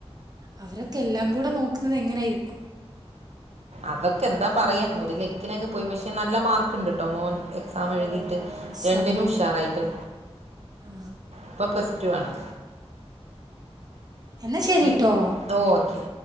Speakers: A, on the right (about 35°); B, on the right (about 80°).
A: അവരൊക്കെ എല്ലാം കൂടെ നോക്ക്ന്നത് എങ്ങനെയായി
B: അതൊക്കെ എന്താ
A: എക്സാമും
B: പറയാ ഒരു ലെക്കിനങ്ങ് പോയി പക്ഷെ നല്ല മാർക്ക് ഇണ്ട്ട്ടോ മോൻ എക്സാം എഴുതിയിട്ട്
A: ഓ മാഷാ
B: രണ്ടിനും
A: അല്ലാഹ് അടിപൊളി
B: ഉഷാറായിട്ട്
A: ആ
B: ഇപ്പൊ പ്ലസ് ടു ആണ്
A: എന്നാ ശരിട്ടോ
B: പി ഓക്കെ